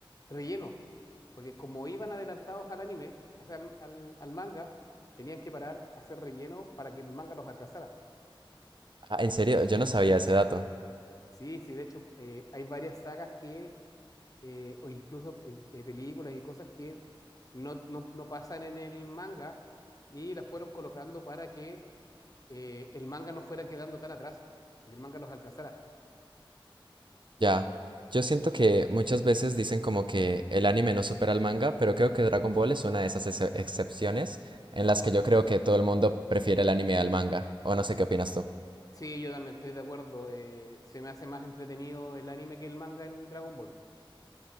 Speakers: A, on the left; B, on the right.
A: relleno, porque como iban adelantados al anime, o sea, al, al- al manga, tenían que parar, a hacer relleno para que el manga los alcanzara.
B: Ah, en serio, yo no sabía ese dato.
A: Sí, sí, de hecho, eh, hay varias sagas que, eh, o incluso eh, eh, películas y cosas que no, no, no pasan en el manga y las fueron colocando para que eh, el manga no fuera quedando tan atrás y el manga los alcanzara.
B: Ya. Yo siento que muchas veces dicen como que el anime no supera al manga, pero creo que Dragon Ball es una de esas ex- excepciones en las que yo creo que todo el mundo prefiere el anime al manga. O no sé qué opinas tú.
A: Sí, yo también estoy de acuerdo. eh, se me hace más entretenido el anime que el manga en Dragon Ball.